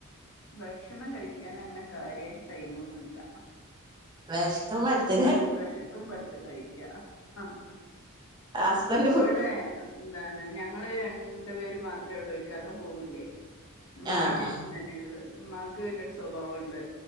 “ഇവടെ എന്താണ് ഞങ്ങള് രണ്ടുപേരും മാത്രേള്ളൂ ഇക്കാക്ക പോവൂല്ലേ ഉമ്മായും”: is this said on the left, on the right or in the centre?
Left